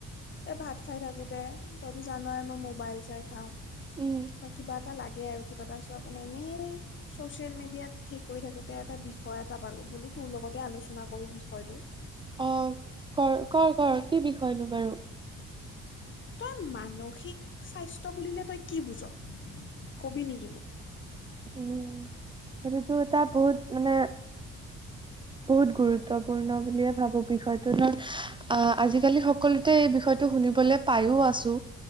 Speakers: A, on the left; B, on the right.
A: এই ভাত খাই থাকোতে তইতো জানই মই মোবাইল চাই খাওঁ।
B: উম,
A: বা কিবা এটা লাগে আৰু কিবা এটা চোৱা কেনে এনেই ছ'চিয়েল মিডিয়াত ঠিক কৰি থাকোতে এটা বিষয় এটা পালো বোলো তোৰ লগতে আলোচনা কৰো বিষয়টো।
B: অ কৰ কৰ কৰ কি বিষয়নো বাৰু?
A: তই মানসিক স্বাস্থ্য বুলিলে তই কি বুজ কবি নেকি মোক?
B: উম সেইটোতো এটা বহুত মানে বহুত গুৰুত্বপূৰ্ণ বুলিয়ে ভাবো বিষয়টো ন। আহ আজিকালি সকলোতে এই বিষয়টো শুনিবলৈ পাইয়ো আছো